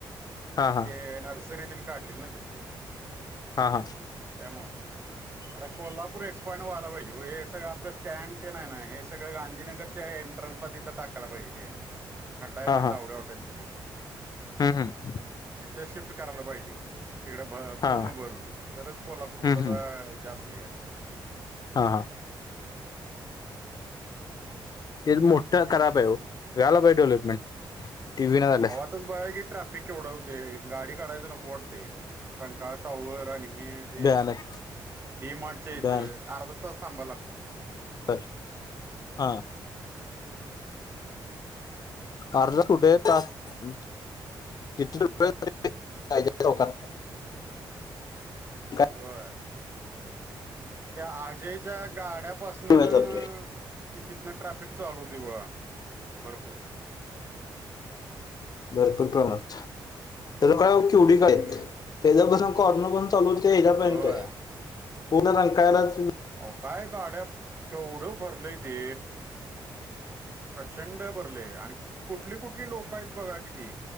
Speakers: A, on the left; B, on the right.
A: हा
B: आणि
A: हा
B: ते नर्सरीत तीन काढले ना तिथे.
A: हा हा
B: त्यामुळ आता कोल्हापूर एक्सपॉईंट वाला पाहिजे. हे सगळ आपल स्टँड ते नाही ना हे सगळ गांधीनगरच्या एंट्रन्सला तिथ टाकायला पाहिजे ते. खडडा आहे
A: हा
B: ना
A: हा
B: तावडे हाॅटेल तिथे.
A: हम्म हम्म
B: तिथ शिफ्ट करायला पाहिजे. तिकडे भ
A: हा
B: पूर्ण भरून. तरच कोल्हापूर
A: हम्म
B: कुठ
A: हम्म
B: तर जास्त हे आहे.
A: हा हा ते मोठ्ठ खराब आहे हो. व्हायला पाहिजे डेव्हलपमेंट. ते बी नाही झालय.
B: अताच बघा की ट्रॅफिक केवढा होतोय. गाडी काढायच नको वाटतय. रंकाळा टॉवर आणि हे ते
A: भयानक
B: डी मार्टच्या हीत
A: भयानक
B: अर्धा तास थांबा लागत.
A: अ हा अर्धा कुठे तास झालो किती <unintelligible> राजे चौकात काय
B: व्हंय त्या आजय च्या गाड्यापासनं
A: वेळ जातोय
B: अ अ ते तिथनं ट्रॅफिक चालू होतय बघा भरपूर
A: भरपूर प्रणात तर काय किवडी का आहेत
B: हम्म
A: त्याच्यापसून कॉर्नर प चालू ते हेजापर्यंत
B: होय
A: हाय पुर्ण रकांळ्यालाच वे
B: आहो काय गाड्या, केवढं भरलंय ते.... प्रचंड भरलंय आणि कुठली -कुठली लोकं आहेत बघा कि ती